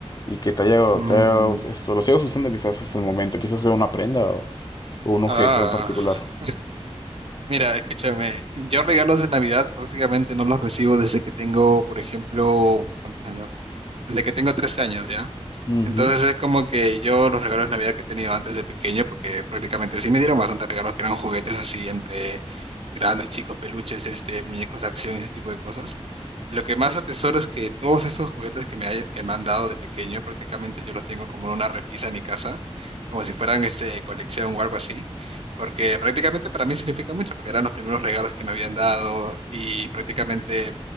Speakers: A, on the left; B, on the right.
A: y que te haya,
B: Mm,
A: te haya- esto, lo sigas usando quizás hasta el momento, quizás sea una prenda o, o un objeto
B: Ah,
A: en particular.
B: mira, escúchame, yo regalos de Navidad prácticamente no los recibo desde que tengo, por ejemplo, ¿cuántos años? Desde que tengo 13 años, ¿ya?
A: Ujú,
B: Entonces es como que yo los regalos de Navidad que he tenido antes de pequeño, porque prácticamente sí me dieron bastante regalos que eran juguetes así entre grandes, chicos, peluches, este, muñecos de acción, ese tipo de cosas. Lo que más atesoro es que todos esos juguetes que me, hay- que me han dado de pequeño, prácticamente yo los tengo como en una repisa en mi casa, como si fueran este, colección o algo así, porque prácticamente para mí significa mucho, porque eran los primeros regalos que me habían dado y prácticamente